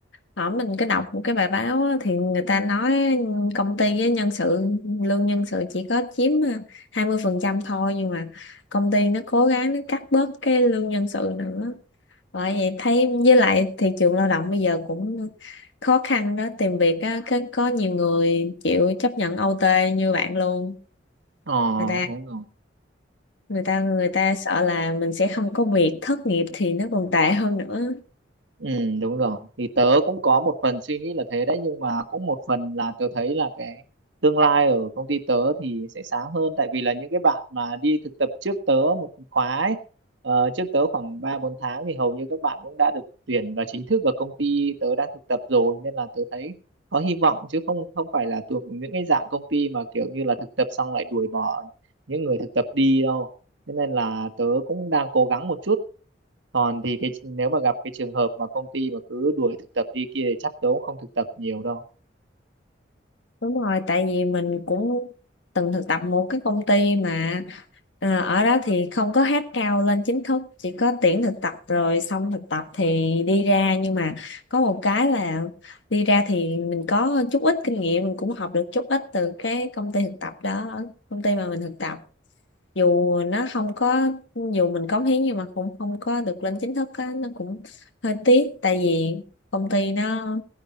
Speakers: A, on the left; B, on the right.
A: Ở mình cứ đọc một cái bài báo á, thì người ta nói công ty với nhân sự lương nhân sự chỉ có chiếm à, 20% thôi nhưng mà công ty nó cố gắng nó cắt bớt cái lương nhân sự nữa. Bởi vậy thấy với lại thị trường lao động bây giờ cũng khó khăn đó tìm việc á cái có nhiều người chịu chấp nhận OT như bạn luôn.
B: Ờ,
A: Người ta
B: đúng rồi.
A: người ta người ta sợ là mình sẽ không có việc thất nghiệp thì nó còn tệ hơn nữa.
B: Ừ, đúng rồi. Thì tớ cũng có một phần suy nghĩ là thế đấy nhưng mà cũng một phần là tớ thấy là cái tương lai ở công ty tớ thì sẽ sáng hơn tại vì là những cái bạn mà đi thực tập trước tớ một khóa ấy, ờ, trước tớ khoảng 3 4 tháng thì hầu như các bạn cũng đã được tuyển vào chính thức ở công ty tớ đang thực tập rồi nên là tớ thấy có hy vọng chứ không không phải là thuộc những cái dạng công ty mà kiểu như là thực tập xong lại đuổi bỏ những người thực tập đi đâu. Thế nên là tớ cũng đang cố gắng một chút còn thì cái nếu mà gặp cái trường hợp mà công ty mà cứ đuổi thực tập đi kia thì chắc tớ cũng không thực tập nhiều đâu
A: Đúng rồi, tại vì mình cũng từng thực tập một cái công ty mà à, ở đó thì không có hát cao lên chính thức, chỉ có tuyển thực tập rồi xong thực tập thì đi ra nhưng mà có một cái là đi ra thì mình có chút ít kinh nghiệm, mình cũng học được chút ít từ cái công ty thực tập đó, công ty mà mình thực tập. Dù nó không có dù mình cống hiến nhưng mà cũng không có được lên chính thức á, nó cũng hơi tiếc tại vì công ty nó